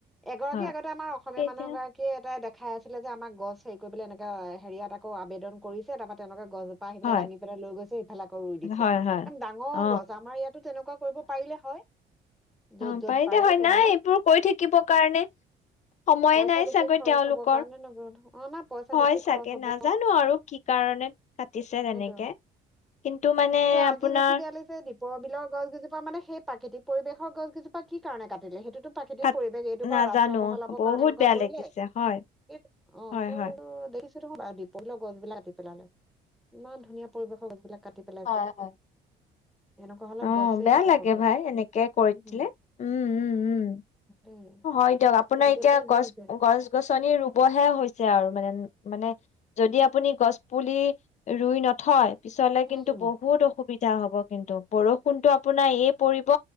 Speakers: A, in the centre; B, on the left (about 45°).
A: এগৰাকী
B: হয়
A: আগতে আমাৰ অসমীয়া
B: এতিয়া
A: মানুহৰ গৰাকী এটা দেখাই আছিলে যে আমাক গছ হেৰি কৰিবলৈ এনেকা হেৰিয়াত আকৌ আবেদন কৰিছে তাৰ পা তেওঁলোকে গছজোপা আহি
B: হয়
A: পেলাই দাঙি পেলাই লৈ গৈছে ইফালে আকৌ ৰুই দিছে,
B: হয় হয়।
A: একদম ডাঙৰ
B: অ
A: গছ আমাৰ ইয়াতো তেনেকুৱা কৰিব পাৰিলে হয়। য'ত
B: অ'
A: য'ত
B: পাৰিলে
A: পাৰে
B: হয়।
A: সেইবিলাক
B: নাই এইবোৰ কৰি থাকিব কাৰণে সময়ে
A: পইচা
B: নাই
A: বেছি
B: চাগৈ।
A: খৰচ
B: হয় তেওঁলোকৰ
A: হব কাৰণে নব অ নাই পইচা
B: হয়
A: বেছি
B: চাগে
A: খৰচ হব
B: নাজানো আৰু কি কাৰণে। কাটিছে তেনেকে
A: সেইটো
B: কিন্তু মানে
A: কিন্তু
B: আপোনাৰ
A: আজি বেছি বেয়া লাগিছে দীপৰ বিলৰ গছ গজোপা মানে সেই পাত খেতি পৰিৱেশৰ গছ কেইজোপা কি কাৰণে কাটিলে? এইটো প্ৰাকৃতিক
B: কাট
A: পৰিৱেশ এইটো বা
B: নাজানো
A: ৰাস্তা বহলাবৰ
B: বহুত
A: কাৰণে এনেকুৱা
B: বেয়া
A: কৰিলে
B: লাগিছে হয়
A: এই
B: হয়
A: টো
B: হয়।
A: <unintelligible> বা দ্ীপৰ বিলৰ গছ বিলাক কাতি পেলালে। ইমান ধুনীয়া পৰিৱেশৰ গছবিলাক কাটি পেলাইছে।
B: হয় হয়।
A: এনেকুৱা হলে
B: অ
A: গছেই
B: বেয়া
A: নাইকিয়া
B: লাগে
A: হব
B: ভাই, এনেকে কৰি
A: উম
B: থাকিলে উম উম উম
A: দেই
B: হয় দিয়ক আপোনাৰ
A: য'ত
B: এতিয়া
A: য'তে যি
B: গছ
A: হৈছে
B: গছ গছনি ৰুবহে হৈছে আৰু মানে, মানে, যদি আপুনি গছ পুলি ৰুই নথয় পিছলৈ
A: উম
B: কিন্তু বহুত অসুবিধা হব কিন্তু বৰষুণটো আপোনাৰ এয় পৰিব